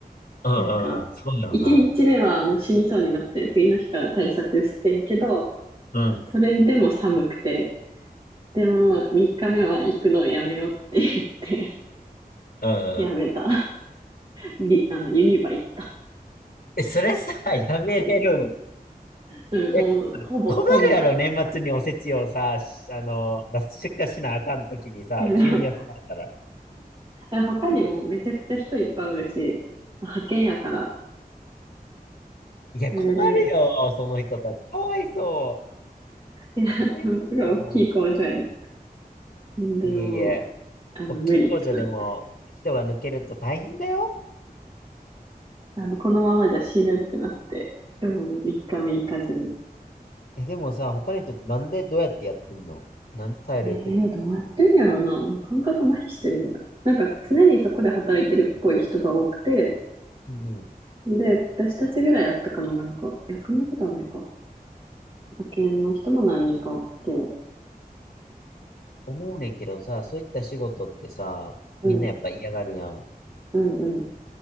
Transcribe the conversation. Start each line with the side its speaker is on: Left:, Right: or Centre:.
Left: うんうんうん。
Right: なんか、
Left: そうやろな。
Right: 一日目はもう死にそうになって、次の日から対策してんけど、
Left: うん。
Right: それでも寒くて、でも三日目は行くのをやめようって言って、<laughs>
Left: うんうん。
Right: やめた。<laughs> リ、あの、ユニバ行っ
Left: え、それさ、<laughs> やめれる。
Right: た。うん、もうほぼ飛んだ。
Left: え、困るやろ、年末におせちをさ、しあの、出す出荷しなあかんときにさ、
Right: いや、でも、
Left: 急に休まれたら。
Right: いや他にもめちゃくちゃ人いっぱいおるし、派遣やから、
Left: いや、
Right: それで、
Left: 困るよ、その人たち。かわいそ
Right: いや、
Left: う。年末やんも
Right: でもすごい大きい工場やね。うんでも、
Left: ん。いえいえ、
Right: あの、
Left: 大きい工場でも人が抜けると大変だよ。
Right: 無理ってなって、あの、このままじゃ死ぬってなって、でも3日目行かずに
Left: え、でもさ、他の人なんでどうやってやってんのなんで耐えれてるの
Right: ええーどうやってんのやろな。もう感覚麻痺してるんじゃん。なんか常にそこで働いてるっぽい人が多くて、
Left: うん
Right: で、私たちぐらいあったかな、なんか。いや、そんなことはないか。派遣の人も何人か多くて。
Left: 思うねんけどさ、そういった仕事ってさ、
Right: うん、
Left: みんなやっぱ嫌がるやん。
Right: うん、うん。